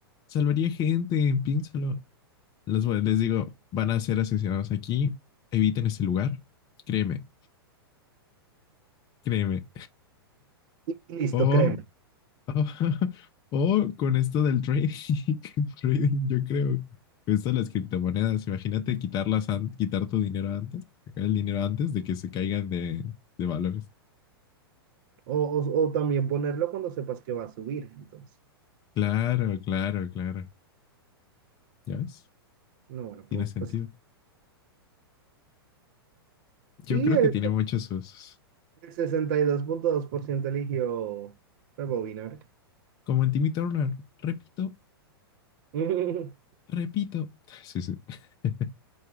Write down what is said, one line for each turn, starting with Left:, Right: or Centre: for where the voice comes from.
Left: Salvaría gente, piénsalo. Les, voy- les digo, van a ser asesinados aquí, eviten ese lugar. Créeme, créeme.
Right: Y y listo,
Left: O
Right: créeme.
Left: Ah, <laughs> O con esto del trading, <laughs> trading, yo creo. Esto de las criptomonedas, imagínate quitarlas, an- quitar tu dinero antes, sacar el dinero antes de que se caigan de, de valores.
Right: O, o, o también ponerlo cuando sepas que va a subir, entonces.
Left: Claro, claro, claro. ¿Ya ves?
Right: No, bueno,
Left: Tiene
Right: pues,
Left: sentido.
Right: pues-
Left: Yo
Right: Y
Left: creo
Right: el,
Left: que tiene muchos usos.
Right: el sesenta y dos dos punto dos por ciento eligió rebobinar.
Left: Como en Timmy Turner. Repito,
Right: <laughs>
Left: repito. Sí, sí. <laughs>